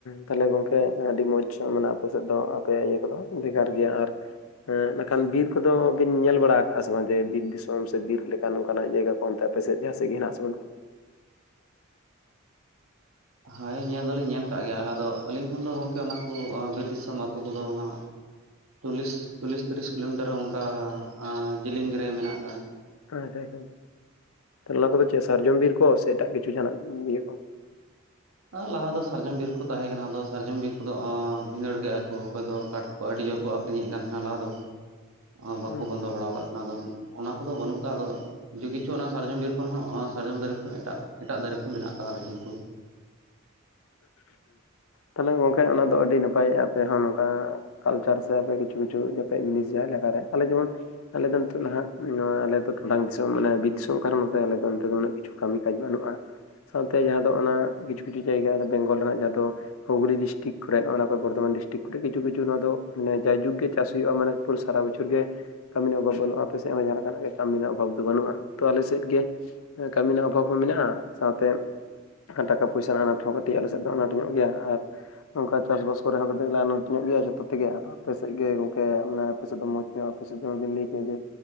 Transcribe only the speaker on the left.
ᱛᱟᱦᱞᱮ ᱜᱚᱝᱠᱮ ᱟᱹᱰᱤ ᱢᱚᱸᱡᱽ ᱥᱟᱶ ᱢᱮᱱᱟᱜ ᱟᱯᱮ ᱥᱮᱫ ᱫᱚ ᱟᱯᱮᱭᱟᱜ ᱤᱭᱟᱹ ᱠᱚᱫᱚ᱾ ᱵᱷᱮᱜᱟᱨ ᱜᱮᱭᱟ ᱟᱨ ᱦᱮᱸ ᱤᱱᱟᱹᱠᱷᱟᱱ ᱵᱤᱨ ᱠᱚᱫᱚ ᱵᱤᱱ ᱧᱮᱞ ᱵᱟᱲᱟ ᱟᱠᱟᱫᱼᱟ ᱥᱮ ᱵᱟᱝ ᱜᱮ? ᱵᱤᱨ ᱫᱤᱥᱚᱢ ᱥᱮ ᱵᱤᱨ ᱞᱮᱠᱟᱱ ᱚᱱᱠᱟᱱᱟᱜ ᱡᱟᱭᱜᱟ ᱠᱚ ᱚᱱᱛᱮ? ᱟᱯᱮ ᱥᱮᱫ ᱡᱟᱦᱟᱸ ᱥᱮᱫ ᱜᱮ ᱦᱮᱱᱟᱜ ᱥᱮ ᱵᱟᱹᱱᱩᱜ-ᱟ?
<unintelligible> ᱠᱚᱫᱚ ᱪᱮᱫ ᱥᱟᱨᱡᱚᱢ ᱵᱤᱨ ᱠᱚ ᱥᱮ ᱮᱴᱟᱜ ᱠᱤᱪᱷᱩ ᱡᱟᱦᱟᱱᱟᱜ ᱤᱭᱟᱹ ᱠᱚ?
ᱦᱩᱸ
ᱛᱟᱦᱞᱮ ᱜᱚᱝᱠᱮ ᱚᱱᱟ ᱫᱚ ᱟᱹᱰᱤ ᱱᱟᱯᱟᱭ ᱟᱯᱮ ᱦᱚᱸ ᱱᱚᱝᱠᱟ ᱠᱟᱞᱪᱟᱨ ᱥᱮ ᱟᱯᱮ ᱠᱤᱪᱷᱩ ᱠᱤᱪᱷᱩ ᱡᱟᱛᱮ ᱡᱤᱱᱤᱥ ᱡᱟᱦᱟᱸ ᱞᱮᱠᱟᱨᱮ ᱟᱞᱮ ᱡᱮᱢᱚᱱ ᱟᱞᱮ ᱫᱚ ᱱᱤᱛᱚᱜ ᱱᱟᱸᱜ ᱱᱚᱣᱟ ᱟᱞᱮᱫᱚ ᱴᱚᱰᱟᱝ ᱫᱤᱥᱚᱢ ᱢᱟᱱᱮ ᱵᱤᱨ ᱫᱤᱥᱚᱢ ᱠᱟᱨᱚᱱ ᱱᱚᱛᱮ ᱟᱞᱮ ᱫᱚ ᱱᱚᱛᱮ ᱩᱱᱟᱹᱜ ᱠᱤ ᱠᱟᱹᱢᱤ ᱠᱟᱡᱽ ᱵᱟᱹᱱᱩᱜᱼᱟ ᱥᱟᱶᱛᱮ ᱡᱟᱦᱟᱸ ᱫᱚ ᱚᱱᱟ ᱠᱤᱪᱷᱩ ᱠᱤᱪᱷᱩ ᱡᱟᱭᱜᱟ ᱵᱮᱝᱜᱚᱞ ᱨᱮᱱᱟᱜ ᱡᱟᱦᱟᱸ ᱫᱚ ᱦᱩᱜᱞᱤ ᱰᱤᱥᱴᱤᱠ ᱠᱚᱨᱮᱜ ᱱᱚᱜ ᱱᱟ ᱵᱚᱨᱫᱷᱚᱢᱟᱱ ᱰᱤᱥᱴᱤᱠ ᱠᱚᱨᱮᱜ ᱠᱤᱪᱷᱩ ᱠᱤᱪᱷᱩ ᱱᱚᱣᱟ ᱫᱚ ᱢᱟᱱᱮ ᱡᱟᱭᱡᱩᱜᱽ ᱜᱮ ᱪᱟᱥ ᱦᱩᱭᱩᱜᱼᱟ ᱢᱟᱱᱮ ᱯᱩᱨᱟᱹ ᱥᱟᱨᱟ ᱵᱚᱪᱷᱚᱨ ᱜᱮ ᱠᱟᱹᱢᱤ ᱨᱮᱱᱟᱜ ᱚᱵᱷᱟᱵᱽ ᱵᱟᱹᱱᱩᱜᱼᱟ ᱟᱯᱮ ᱥᱮᱫᱽ ᱦᱚᱸ ᱡᱟᱦᱟᱸ ᱞᱮᱠᱟᱱᱟᱜ ᱜᱮ ᱠᱟᱹᱢᱤ ᱨᱮᱱᱟᱜ ᱚᱵᱷᱟᱵᱽ ᱫᱚ ᱵᱟᱹᱱᱩᱜᱼᱟ ᱛᱚ ᱟᱞᱮ ᱥᱮᱫᱽ ᱜᱮ ᱠᱟᱹᱢᱤ ᱨᱮᱱᱟᱜ ᱚᱵᱷᱟᱵᱽ ᱦᱚᱸ ᱢᱮᱱᱟᱜᱼᱟ ᱥᱟᱶᱛᱮ ᱴᱟᱠᱟ ᱯᱚᱭᱥᱟ ᱨᱮᱱᱟᱜ ᱟᱱᱟᱴ ᱦᱚᱸ ᱠᱟᱹᱴᱤᱡᱽ ᱟᱞᱮ ᱥᱮᱫᱽ ᱫᱚ ᱟᱱᱟᱴ ᱧᱚᱜ ᱜᱮᱭᱟ ᱟᱨ ᱱᱚᱝᱠᱟ ᱪᱟᱥᱵᱟᱥ ᱠᱚᱨᱮ ᱦᱚᱸ ᱠᱟᱹᱴᱤᱡᱽ ᱞᱮ ᱟᱱᱟᱴ ᱧᱚᱜ ᱜᱮᱭᱟ ᱡᱷᱚᱛᱚ ᱛᱮᱜᱮ᱾ ᱟᱯᱮᱥᱮᱜ ᱜᱮ ᱜᱚᱝᱠᱮ ᱢᱟᱱᱮ ᱟᱯᱮᱥᱮᱫ ᱫᱚ ᱢᱚᱸᱡᱽ ᱧᱚᱜ ᱟᱯᱮᱥᱮᱫ ᱫᱚ ᱵᱮᱱ ᱞᱟᱹᱭ ᱠᱮᱫ ᱡᱮ